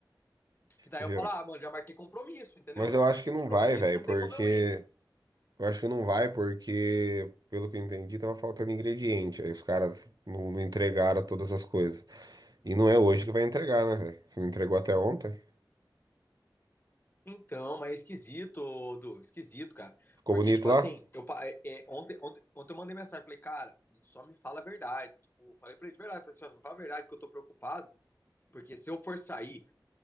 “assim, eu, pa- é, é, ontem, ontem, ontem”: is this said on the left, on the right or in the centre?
Left